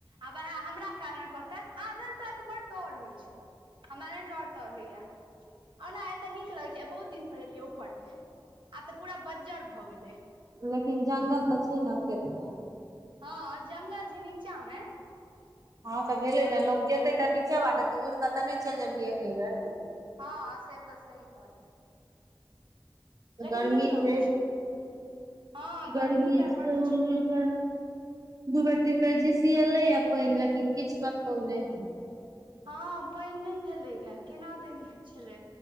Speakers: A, on the right; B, on the right.
A: आ वएह हमरा कालमे कहत आद तोरा त बड डर होइ छौ। हमारा नय डाॅर ताॅड़ होइयए आ ओना ए तऽ नीक लग छै आ बहुत दिन पर एलिये ऊपर मे आब तऽ पूरा बज्जर भए गेलेय।
B: लेकिन जंगल तऽ छै ने खेत मे।
A: हँ जंगल छै नीचा मे।
B: हँ तऽ भेलै ने लोक जेतै तऽ नीचे बाटे तु उड़ि कऽ तऽ नहि चलि जेबही एके बेर।
A: हँ से तऽ सही कहलियै। लेकिन
B: गरमी
A: नीक लगै
B: छै।
A: हँ
B: गर्मी
A: तऽ
B: छै
A: बड
B: हुलहुलका
A: छौ
B: दू
A: ह
B: बेर तीन बेर झीसीएलै यै पाइन लेकिन किछ कतहु नहि।
A: हँ पाइन नहि भेलैहै, केना दैन छेलै।